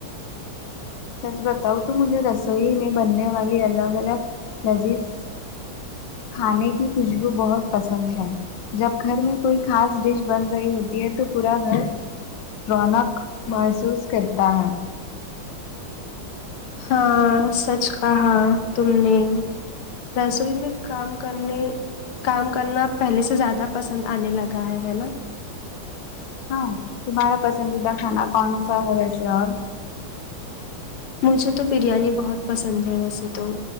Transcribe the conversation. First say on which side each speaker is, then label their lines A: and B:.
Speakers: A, on the left; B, on the left.
A: سچ بتاؤں تو مجھے رسوئی میں بننے والی الگ الگ لذیذ کھانے کی خوشبو بہت پسند ہے جب گھر میں کوئی خاص ڈش بن رہی ہوتی ہے تو پورا گھر رونق محسوس کرتا ہے
B: ہاں سچ کہا تم نے رسوئی میں کام کرنے کام کرنا پہلے سے زیادہ پسند آنے لگا ہے ہے نا
A: ہاں تمہارا پسندیدہ کھانا کونسا ہے ویسے اور
B: مجھے تو بریانی بہت پسند ہے ویسے تو